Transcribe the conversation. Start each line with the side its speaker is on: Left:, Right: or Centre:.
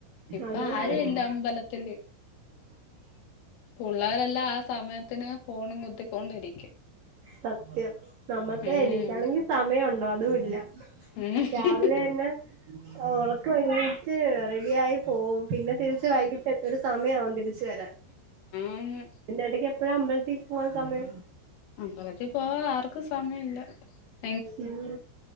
Left: ഇപ്പൊ
Right: അതാ
Left: ആരുല്ല അമ്പലത്തില്. പുള്ളേരെല്ലാം ആ സമയത്തിന് ഫോണും കുത്തിക്കൊണ്ടിരിക്കും.
Right: സത്യം നമ്മുക്ക്
Left: ഉം
Right: എനിക്കാണെങ്കി സമയണ്ടോ അതുല്ല.
Left: ഉം
Right: രാവിലന്ന ഒറക്കഎണീറ്റ് റെഡിയായി പോവും. പിന്നെ തിരിച്ച് വൈകിട്ട് എ ഒരു സമയവും തിരിച്ച് വരാൻ
Left: ആന്ന്
Right: പിന്ന ഇടക്ക് എപ്പോഴാ- ത്തിൽ പോവാൻ സമയം.
Left: അമ്പലത്തിൽ പോവാ ആർക്കും സമയം ഇല്ല.
Right: ഉം